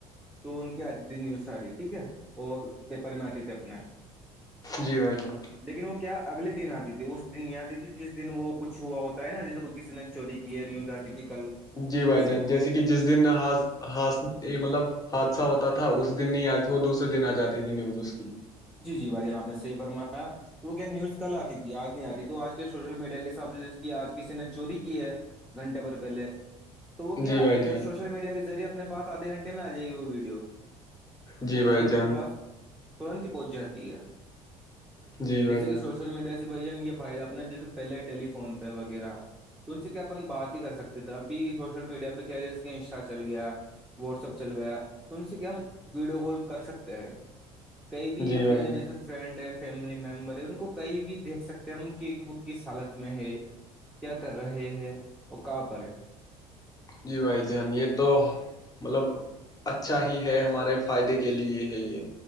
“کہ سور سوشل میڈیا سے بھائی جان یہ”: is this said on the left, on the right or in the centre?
Centre